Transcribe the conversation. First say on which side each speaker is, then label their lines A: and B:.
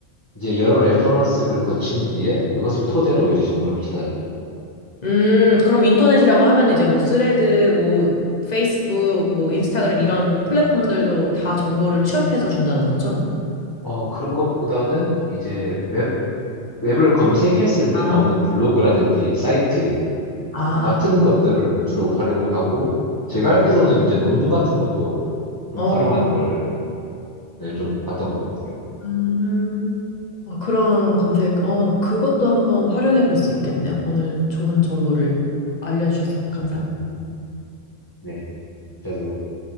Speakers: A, on the left; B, on the left.
A: 이제 여러 레퍼런스를 거친 뒤에 그것을 토대로 이제 정보를 찾
B: 음, 그럼 인터넷이라고 하면 이제 뭐 스레드, 뭐 페이스북, 뭐 인스타그램 이런 플랫폼들도 다 정보를 취합해서 준다는 거죠?
A: 아 어, 그런 것보다는 이제 웹, 웹을 검색했을 때
B: 아,
A: 나오는 블로그라든지 사이트
B: 아,
A: 같은 것들을 주로 활용 하고 제가 알기로는 이제 논문 같은 것도 좀
B: 어,
A: 활용하는 걸 네, 좀 봤던 것 같아요.
B: 음, 어, 그런 검색, 어, 그것도 한번 활용해 볼 수 있겠네요. 오늘 좋은 정보를 알려주셔서 감사합니다.
A: 어, 네. 저도